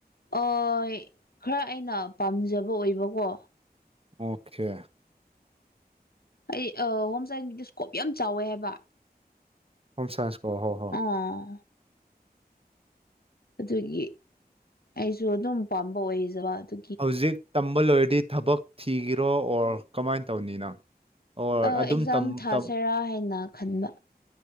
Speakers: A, on the left; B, on the right.
A: ꯑꯣꯏ ꯈꯔ ꯑꯩꯅ ꯄꯥꯝꯖꯕ ꯑꯣꯏꯕꯀꯣ
B: ꯑꯣꯀꯦ
A: ꯑꯩ ꯍꯣꯝ ꯁꯥꯏꯟꯁ ꯁꯀꯣꯞ ꯌꯥꯝ ꯆꯥꯎꯋꯦ ꯍꯥꯏꯕ
B: ꯍꯣꯝ ꯁꯥꯏꯟꯁ ꯀꯣ ꯍꯣ ꯍꯣ
A: ꯑꯥ ꯑꯗꯨꯒꯤ ꯑꯩꯁꯨ ꯑꯗꯨꯝ ꯄꯥꯝꯕ ꯑꯣꯏꯖꯕ ꯑꯗꯨ
B: ꯍꯧꯖꯤꯛ ꯇꯝꯕ ꯂꯣꯏꯔꯗꯤ ꯊꯕꯛ ꯊꯤꯒꯦꯔꯣ ꯑꯣꯔ ꯀꯃꯥꯏꯅ ꯇꯧꯅꯤ ꯅꯪ ꯑꯣꯔ
A: ꯑꯦꯛꯖꯥꯝ
B: ꯑꯗꯨꯝ ꯇꯝ
A: ꯊꯥꯁꯤꯔꯥ
B: ꯇꯝ
A: ꯍꯥꯏꯅ ꯈꯟꯕ